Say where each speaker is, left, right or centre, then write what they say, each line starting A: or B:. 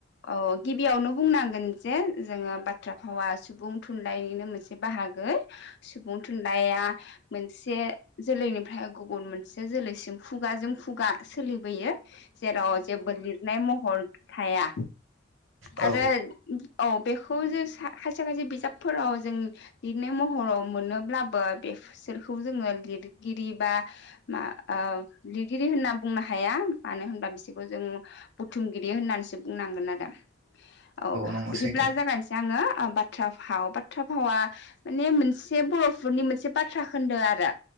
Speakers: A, on the left (about 60°); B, on the right (about 75°).
A: औ गिबियावनो बुंनांगोन जे जोङो बाथ्रा भावा सुबुं थुनलाइनिनो मोनसे बाहागो सुबुं थुनलाइया मोनसे से जोलैनिफ्राय गुबुन मोनसे जोलैसिम खुगाजों खुगा सोलिबोयो जेराव जेबो लिरनाय महर थाया
B: औ
A: आरो औ बेखौ जों खायसे खायसे बिजाबफोराव जों लिरनाय महराव मोनोब्लाबो बेसोरखौ जोङो लिरगिरि बा मा आ लिरगिरि होनना बुंनो हा हाया मानो होनबा बिसोरखौ जों बुथुमगिरि होननानैसो बुंनांगोन आरो औ
B: नंगौ
A: बिदिब्ला
B: सैथो
A: जागायसै आङो बाथ्रा भाव बाथ्रा भावा माने मोनसे से बर'फोरनि मोनसे बाथ्रा खोन्दों आरो